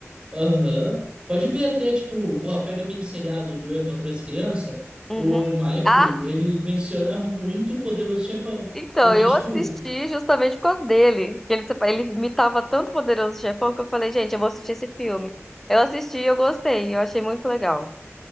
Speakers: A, on the right; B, in the centre.
A: Aham. Pode ver até, tipo, ó, pega minisseriado do Eu, Patroa e as Crianças,
B: Uhum.
A: o Michael,
B: Ah,
A: ele menciona muito o Poderoso Chefão.
B: então,
A: Porque,
B: eu
A: tipo,
B: assisti justamente por causa dele. que Ele, ele imitava tanto o Poderoso Chefão que eu falei, gente, eu vou assistir esse filme. Eu assisti e eu gostei, eu achei muito legal.